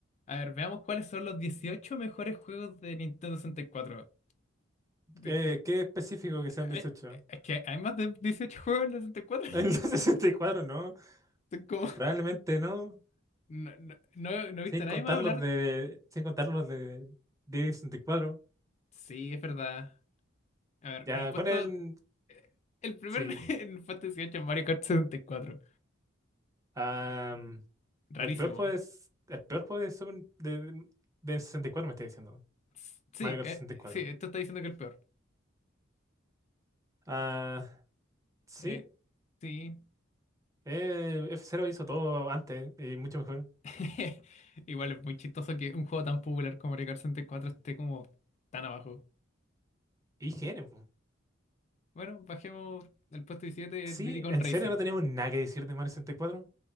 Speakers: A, on the left (about 35°); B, on the right (about 15°).
A: A ver, veamos cuáles son los 18 mejores juegos de Nintendo sesenta y cuatro De-
B: Eh,
A: eh,
B: qué específico que sean 18.
A: hay- eh, Es
B: <laughs>
A: que hay más de 18 juegos en la 64. Mm.
B: En los 64, ¿no?
A: <laughs> Son como-
B: Probablemente no.
A: No, no, no, no he
B: Sin
A: visto a
B: contar
A: nadie más hablar.
B: los de. Sin contar los de 10 y 64.
A: Sí, es verdad. A ver,
B: Ya,
A: en el puesto.
B: ¿cuál es el.
A: eh, El primer
B: Sí.
A: <laughs> en el puesto 18 es Mario Kart 64.
B: am,
A: Rarísimo.
B: el peor juego es. El peor juego de Super- de, de 64 me estoy diciendo.
A: S- Sí,
B: Mario Kart
A: eh,
B: 64.
A: sí, esto está diciendo que es el peor.
B: Ah, sí.
A: Eh, sí.
B: eh, F-Zero hizo todo antes y mucho mejor.
A: <laughs> Igual es muy chistoso que un juego tan popular como Mario Kart sesenta y cuatro esté como tan abajo.
B: Y IGN, po.
A: Bueno, bajemos el puesto 17
B: Sí,
A: Diddy Kong
B: en
A: Racing.
B: serio no tenemos nada que decir de Mario 64.